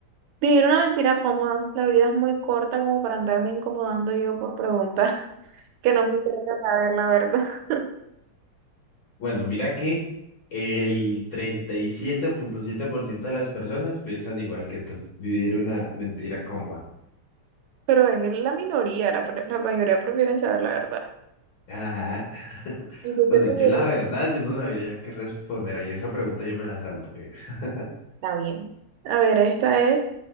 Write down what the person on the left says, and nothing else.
Bueno, mira que el treinta y siete siete punto siete por ciento de las personas piensan igual que tú, vivir una mentira cómoda.
Ajá. <laughs>
Bueno,
yo la verdad, yo no sabría qué responder ahí. Esa pregunta yo me la salto. eh. <laughs>